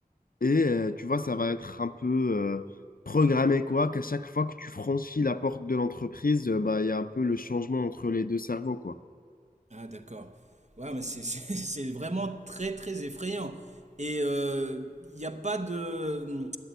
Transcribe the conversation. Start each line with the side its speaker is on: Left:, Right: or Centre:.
Left: Et euh, tu vois, ça va être un peu euh, programmé, quoi, qu'à chaque fois que tu franchis la porte de l'entreprise, euh, bah, il y a un peu le changement entre les deux cerveaux, quoi.
Right: Ah d'accord. Ouais, mais c'est <laughs> c'est- c'est vraiment très très effrayant. Et euh, il n'y a pas de... hmm,